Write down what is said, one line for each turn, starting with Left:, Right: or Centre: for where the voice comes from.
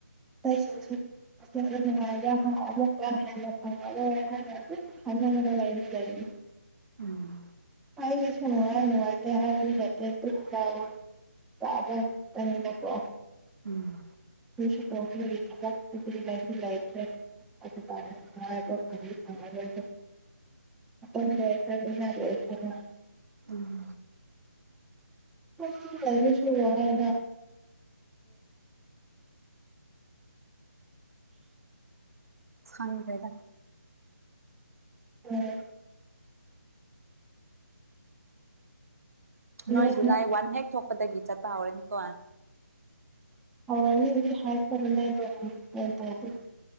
Centre: ꯑꯇꯩꯁꯤꯡꯁꯨ ꯅꯨꯡꯉꯥꯏꯕ ꯑꯃꯨꯛꯀ ꯍ ꯑ ꯍꯥꯏ ꯍꯁꯅꯤ
Right: ꯎꯝ
Centre: ꯑꯩꯁꯨꯅꯅꯨꯡꯉ ꯅꯨꯡꯉꯔ ꯍꯥꯏꯔ ꯌꯦ ꯇ ꯂꯑꯣ ꯆꯥꯕ ꯇꯅꯤꯅꯀꯣ
Right: ꯎꯝ
Centre: ꯁꯨ ꯇꯒꯤ ꯊꯕꯛꯔꯤꯗꯤ ꯂꯩꯈ꯭ꯔꯦ ꯇ ꯈꯪ ꯈꯉꯇ ꯌꯥ ꯁ
Right: ꯎꯝ
Centre: ꯔꯁꯨ ꯍꯥꯏꯅ
Right: ꯐꯪꯉ ꯀꯗ
Centre: ꯎꯝ ꯅꯣꯡꯃ
Right: ꯅꯣꯏ ꯖꯨꯂꯥꯏ ꯋꯥꯟ ꯍꯦꯛ ꯊꯣꯛꯄꯗꯒꯤ ꯆꯠꯄ ꯍꯧꯔꯅꯤꯀꯣ
Centre: ꯍ ꯍꯥꯏ ꯇ ꯑꯗꯨꯗꯤ